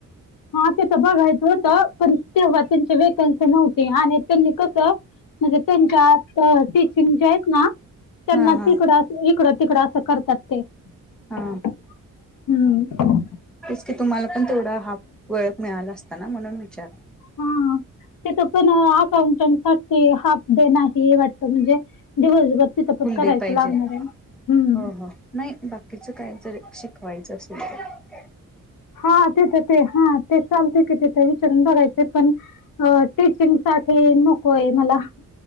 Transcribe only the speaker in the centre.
हा हा
हा
ते की तुम्हाला पण तेथोडा हा वेळ मिळाला असताना म्हणून विचार
फुल
डे पाहिजे
हो हो नाही बाकीच काय जर शिकवायचं असेल तर